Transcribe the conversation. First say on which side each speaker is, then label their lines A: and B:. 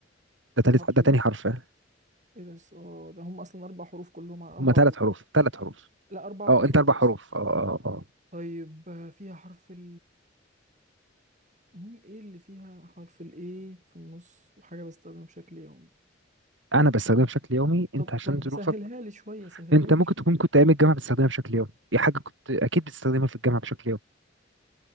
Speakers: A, on the right; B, on the right.
A: ده
B: في
A: تالت
B: حرف
A: ده تاني حرف آه.
B: ايه ده س- اه ده هم اصلا اربع حروف كلهم على اربع
A: هما ثلاث
B: غلطات
A: حروف ثلاث حروف
B: لا اربع
A: اه
B: غلطات
A: انت اربع
B: اصلا
A: حروف اه اه اه آه.
B: طيب آه، فيها حرف ال مي ايه اللي فيها حرف الايه في النص وحاجة بستخدمها بشكل يومي
A: انا بستخدمها بشكل يومي
B: طب
A: انت عشان
B: طب
A: ظروفك
B: سهلها لي شوية سهلها
A: انت
B: لي
A: ممكن
B: شوية
A: تكون كنت ايام الجامعه بتستخدمها بشكل يومي دي حاجه كنت اكيد بتستخدمها في الجامعه بشكل يومي